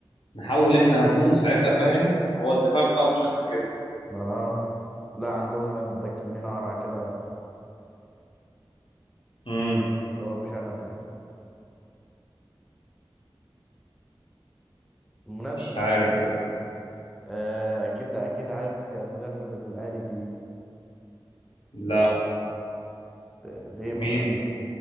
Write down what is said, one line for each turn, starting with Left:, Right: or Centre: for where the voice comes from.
Left: نحول احنا هجوم وساعتها فاهم هو الدفاع بتاعه مش قد كده
Centre: اه لا عندهم واد باك يمين قرع كده
Left: امم
Centre: اللي هو ابو شنب ده بالمناسبه
Left: مش
Centre: صح
Left: عارف بقى.
Centre: ايه آه اكيد اكيد عارف كمدرب الاهلي الجديد
Left: لا
Centre: آه، ليه
Left: مين
Centre: ما تعرف